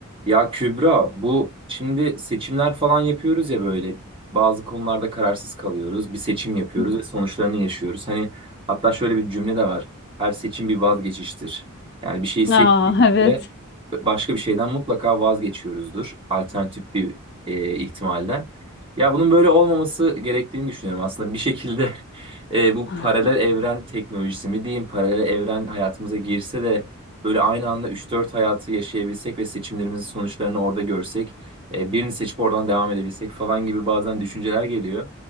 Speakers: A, on the right (about 25°); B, on the left (about 50°).
A: Ya Kübra bu şimdi seçimler falan yapıyoruz ya böyle bazı konularda kararsız kalıyoruz. Bir seçim yapıyoruz
B: Hı.
A: ve sonuçlarını yaşıyoruz. Hani hatta şöyle bir cümle de var. Her seçim bir vazgeçiştir. Yani bir şeyi seçtiğimizde
B: Aa, evet.
A: başka bir şeyden mutlaka vazgeçiyoruzdur. Alternatif bir e, ihtimalden. Ya bunun böyle olmaması gerektiğini düşünüyorum. Aslında bir şekilde <laughs> e, bu
B: <laughs>
A: paralel evren teknolojisi mi diyeyim, paralel evren hayatımıza girse de Böyle aynı anda üç dört hayatı yaşayabilsek ve seçimlerimizin sonuçlarını orada görsek, e, birini seçip oradan devam edebilsek falan gibi bazen düşünceler geliyor.